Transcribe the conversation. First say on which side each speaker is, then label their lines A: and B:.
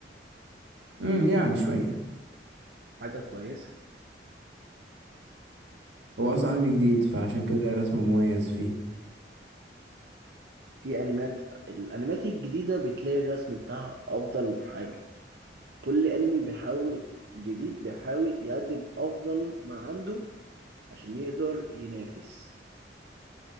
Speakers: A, on the right; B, on the right.
A: امم يعني شوية
B: حاجة كويسة
A: هو أصلا عالم جديد فعشان كده الرسم مميز فيه
B: في انميات الانميات الجديده بتلاقي الرسم بتاعها افضل حاجه كل انمي بيحاول جديد بيحاول يقدم افضل ما عنده عشان يقدر ينافس